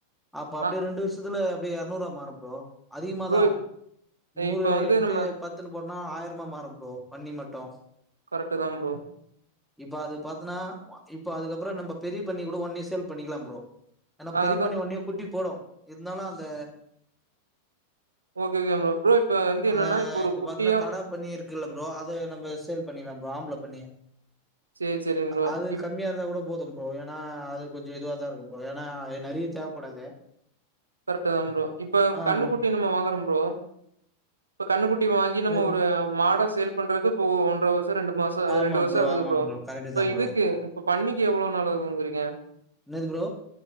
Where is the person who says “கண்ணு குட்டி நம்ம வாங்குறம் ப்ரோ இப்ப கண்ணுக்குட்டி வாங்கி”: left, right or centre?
Right